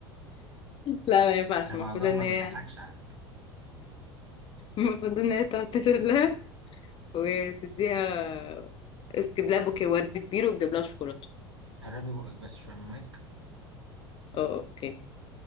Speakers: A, on the left; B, on the right.
A: لا ما ينفعش
B: ده
A: المفروض
B: موضوع
A: ان
B: ما
A: هي
B: بيضحكش على فكرة
A: المفروض ان هي تعتذر لها وتديها تجيب لها بوكيه ورد كبير وتجيب لها شوكولاته
B: قربي بقك بس شوية من المايك
A: اه اوكي